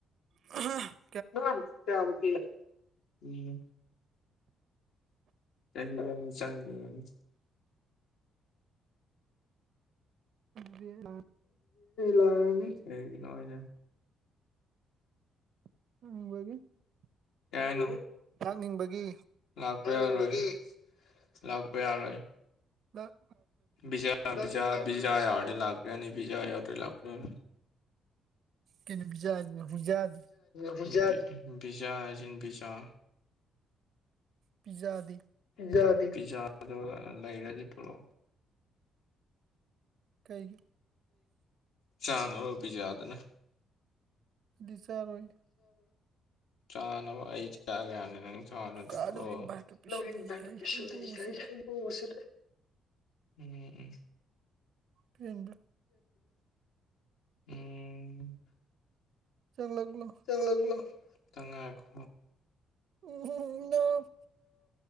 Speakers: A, on the right; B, on the left.
A: ꯑ <unintelligible>
B: <inaudible> ꯆꯍꯤ ꯑꯃ ꯆꯪꯈꯤꯒꯅꯤ
A: ꯗꯤ <inaudible>
B: ꯂꯥꯛꯅꯤ <inaudible> ꯀꯩꯒꯤꯅꯣ
A: <inaudible>
B: ꯌꯥꯥꯏꯅꯣ
A: ꯂꯥꯛꯅꯤꯡꯕꯒꯤ
B: ꯂꯄꯦ ꯑꯣꯏ ꯂꯥꯛꯄ ꯌꯥꯔꯣꯏ
A: ꯃꯥ
B: ꯕꯤꯖ ꯄꯤꯥ ꯕꯤꯖꯥ ꯌꯥꯎꯔꯗꯩ ꯂꯥꯛꯄꯔꯤꯌꯥꯅꯤ ꯕꯤꯖꯥ ꯌꯥꯎꯔꯗꯩ ꯂꯥꯛꯄꯔꯤꯌꯥꯅꯤ
A: ꯀꯩꯅꯕꯤꯖ ꯍꯧꯨꯖꯗ
B: ꯄꯤ ꯄꯤꯖꯥ ꯄꯤꯖꯥ
A: ꯄꯤꯖꯥꯗꯤ
B: ꯌꯥꯗ ꯄꯤꯖꯥꯗꯣ ꯂꯩꯔꯗꯤ ꯄꯨ꯭ꯔꯣ
A: ꯀꯩꯒꯤ
B: ꯆꯥꯅꯔ ꯄꯁꯨ ꯌꯥꯗꯅ
A: ꯑꯗꯨꯗꯤ ꯆꯥꯔꯣꯏ
B: ꯆꯅꯒꯌꯥꯅꯤꯅꯪ ꯆ
A: ꯀꯅꯥꯅꯣ
B: ꯄ
A: ꯏꯟꯚꯥꯏꯠꯀ ꯄꯤꯁꯜꯂꯛꯏꯁꯦ
B: ꯂꯩ
A: ꯑꯩ ꯍꯩꯕꯣꯁꯤꯗ
B: ꯁꯤ ꯎꯝ ꯎꯝ
A: ꯀꯦꯟꯕ
B: ꯎꯝ
A: ꯆꯪꯂꯛꯂꯣ
B: ꯆꯒꯂꯣ ꯆꯉꯥꯏꯈꯣ
A: ꯎꯝ ꯅ